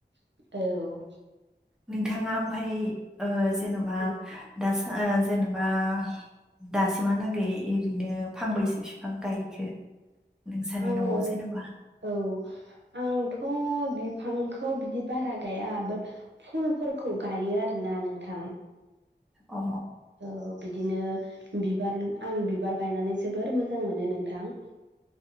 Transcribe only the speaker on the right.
औ
औ
आङो
औ आंथ' बिफांखौ बिदि बारा गाया बाट फुलफोरखौ गायो आरोना नोंथां
औ बिदिनो बिबार आं बिबार गायनानै जोबोर मोजां मोनो नोंथां।